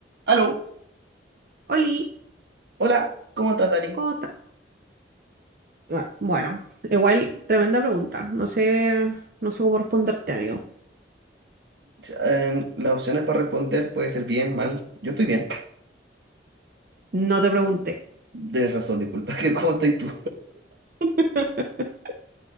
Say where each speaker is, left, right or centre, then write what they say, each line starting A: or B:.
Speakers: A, on the right; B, on the right.
A: Aló,
B: Oli,
A: hola, ¿cómo estás, Dani?
B: cómo ta- ah, Bueno, igual tremenda pregunta. No sé, no sé cómo responderte, amigo.
A: Eh, las opciones para responder puede ser bien, mal. Yo estoy bien.
B: No te pregunté.
A: Tienes razón, disculpa. <laughs> ¿Qué, cómo estás tú?
B: <laughs>